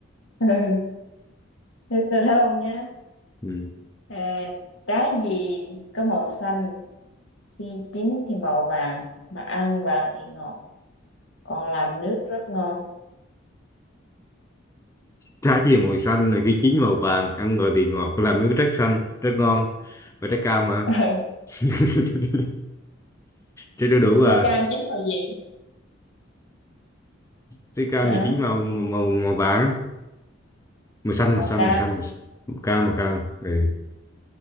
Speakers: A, on the left (about 75°); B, on the left (about 15°).
A: Ừ. Thế tôi đố ông nhé.
B: ừ.
A: À, trái gì có màu xanh khi chín thì màu vàng mà ăn vào thì ngọt còn làm nước rất ngon
B: trái gì màu xanh là khi chín màu vàng ăn gọi thì ngọt làm nước rất xanh rất ngon và trái cam mà
A: <laughs>
B: <laughs> trái đu đủ à
A: Trái cam chín màu gì?
B: trái cam
A: Hả?
B: thì chín màu màu màu vàng màu xanh màu
A: màu
B: xanh
A: cam
B: màu xanh màu, xanh. màu cam màu cam ừ.